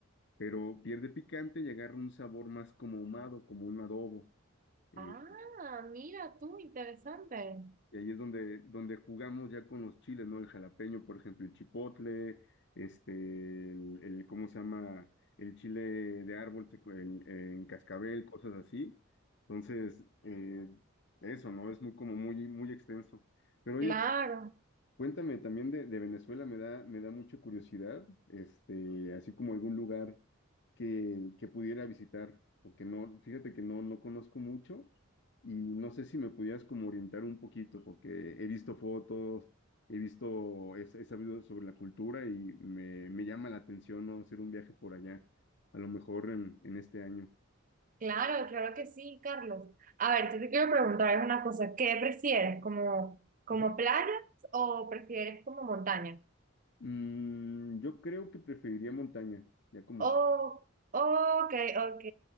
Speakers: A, on the left; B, on the right.
A: pero pierde picante y agarra un sabor más como ahumado, como un adobo. eh,
B: Ah, mira tú, interesante.
A: Y ahí es donde, donde jugamos ya con los chiles, ¿no? El jalapeño, por ejemplo, el chipotle, este, el, el- ¿cómo se llama? El chile de árbol se- el- en cascabel, cosas así. Entonces, eh, eso, ¿no? Es muy como muy, muy extenso. Pero oye,
B: Claro,
A: Cuéntame también de, de Venezuela, me da, me da mucha curiosidad, este, así como algún lugar que, que pudiera visitar, porque no, fíjate que no, no conozco mucho y no sé si me pudieras como orientar un poquito, porque he visto fotos, he visto, he, he sabido sobre la cultura y me, me llama la atención, ¿no? hacer un viaje por allá, a lo mejor en, en este año.
B: claro, claro que sí, Carlos. A ver, yo te quiero preguntar una cosa. ¿Qué prefieres, como, como
A: Ajá.
B: playas o prefieres como montaña?
A: Mm, yo creo que preferiría montaña, ya como
B: Oh,
A: s-
B: ok, ok.